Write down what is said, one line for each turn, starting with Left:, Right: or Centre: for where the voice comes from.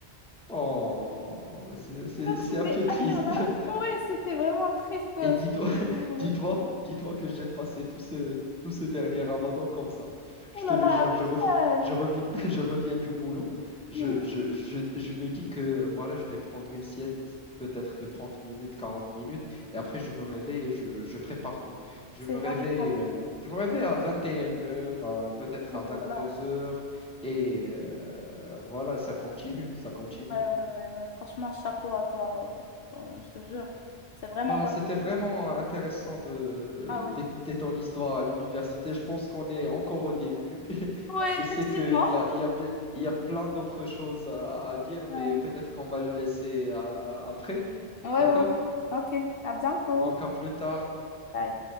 Centre: Oh, mais c'est c'est-
Left: <laughs> Donc,
Centre: c'est
Left: c'était
Centre: un peu triste.
Left: infernal.
Centre: <laughs>
Left: Ouais, c'était vraiment triste. euh,
Centre: Et dis-toi, <laughs>
Left: cette journée.
Centre: dis-toi, dis-toi que j'ai passé tout ce, tout ce dernier Ramadan comme ça. Je
Left: Oh là
Centre: te le
Left: là,
Centre: jure, je
Left: tout
Centre: reviens,
Left: ça, euh,
Centre: je reviens, <laughs> je reviens du boulot. Je,
Left: hmm,
Centre: je, je, je me dis que voilà, je vais prendre une sieste peut-être de 30 minutes, 40 minutes, et après je me réveille et je, je prépare tout. Je
Left: c'est
Centre: me réveille,
Left: jamais 30
Centre: euh,
Left: minutes.
Centre: je me réveille à 21 heures, peut-être
Left: Oh
Centre: à vingt-deux
Left: là là.
Centre: heures et euh, Euh, Voilà, ça continue, ça continue.
Left: Ouais, ouais, ouais, ouais. Franchement, chapeau à toi. euh, euh, Je te jure, c'est vraiment
Centre: Bah,
Left: pas...
Centre: c'était vraiment intéressant de
Left: Ah oui.
Centre: d'écouter ton histoire à l'université. Je pense qu'on est encore au début. <laughs>
Left: Oui,
Centre: Je
Left: effectivement.
Centre: sais qu'il y a, il y a, pi- il y a plein d'autres choses à, à dire,
Left: Ouais,
Centre: mais peut-être qu'on va le laisser euh, après.
Left: ouais,
Centre: D'accord?
Left: ouais. ouais. Ok, à bientôt.
Centre: Donc, à plus tard.
Left: Bye.